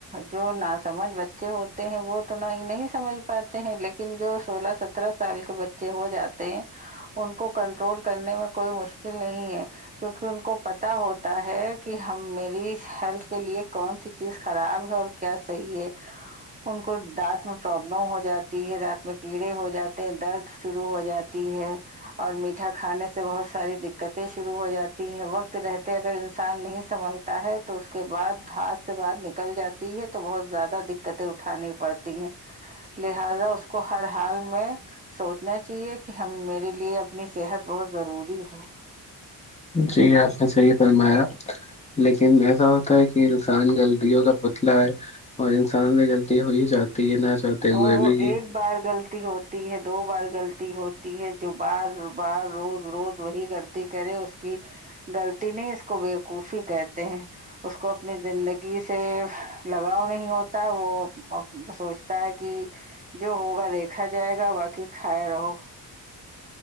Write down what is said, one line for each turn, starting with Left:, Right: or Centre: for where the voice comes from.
Right: جو ناس سمجھ بچے ہوتے ہیں وہ تو نہ ہی نہیں سمجھ پاتے ہیں لیکن جو سولہ سترہ سال کے بچے بے ہو جاتے ہیں ان کو کنٹرول کرنے میں کوئی مشکل نہیں ہے کیونکہ ان کو پت ہوتا ہے کہ ہم میری ہیلتھ کے لیے کون سی چیز خراب ہے اور کیا صحیح ہے ان کو دانت میں پرابلم ہو جاتی ہے دانت میں کیڑے ہو جاتے ہیں درد شرو ہو جاتی ہے اور میٹھا کھانے سے بہت ساری دقتیں شروع ہو جاتی ہیں وقت رہتا اگر انسان نہیں سنبھلتا ہے تو اس کے بعد ہات سے بر نکل جاتی ہے تو بہت زیادہ دقتیں اٹھانی پڑتی ہیں لہذا اس کو ہر حال میں سوچنا چاہیے کہ ہم میرے لیے اپنی صحت بہت ضروری ہے
Left: جی آپ نے صحیح فرمایا لیکن ایسا ہوتا ہے کہ انسان غلطیوں کا پتلا ہے اور انسان سے غلطی ہو ہی جاتی ہے نہ چاہتے ہوئے
Right: وہ وہ
Left: بھی کہ
Right: ایک بار غلط ہوتی ہے دو بار غلط ہوتی ہے جو بار بار روز روز وہی غلط کرے اس کی غلط نہیں اس کو بےقوفی کہتے ہیں اس کو اپنی زندگی ی سے لگاؤ نہیں ہوتا ہے وہ سوچ ہے کہ جو ہوگا دیکھا جائے گا باقی کھائے رہو